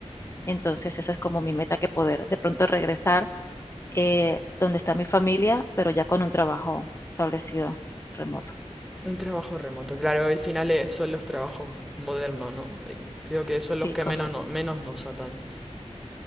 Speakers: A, on the left; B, in the centre.
A: Entonces esa es como mi meta que poder de pronto regresar eh, donde está mi familia, pero ya con un trabajo establecido remoto.
B: Un trabajo remoto. Claro, al final eh, son los trabajos modernos, ¿no? Eh, Creo que
A: Sí,
B: son los que
A: correcto.
B: menos, no- menos nos atan.